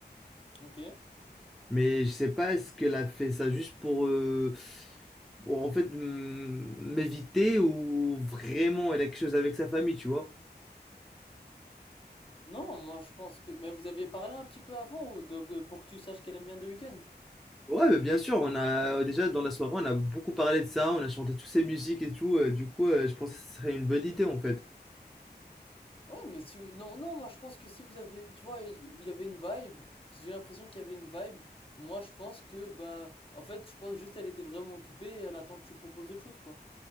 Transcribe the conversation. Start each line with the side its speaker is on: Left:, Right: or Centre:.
Left: Ok.
Centre: Mais je sais pas, est-ce qu'elle a fait ça juste pour, euh, pour en fait m- m'éviter ou vraiment elle a quelque chose avec sa famille, tu vois?
Left: Non, moi je pense que. Mais vous aviez parlé un petit peu avant, ou donc, euh, pour que tu saches qu'elle aime bien The Weeknd.
Centre: Ouais, mais bien sûr, on a déjà dans la soirée, on a beaucoup parlé de ça, on a chanté toutes ces musiques et tout, euh, du coup, euh, je pense que ce serait une bonne idée en fait.
Left: Ouais, mais si vous... Non, non, moi je pense que si vous avez. Tu vois, il y avait une vibe. Parce que j'ai l'impression qu'il y avait une vibe. Moi je pense que, bah. En fait, je pense juste qu'elle était vraiment occupée et elle attend que tu proposes autre chose, quoi.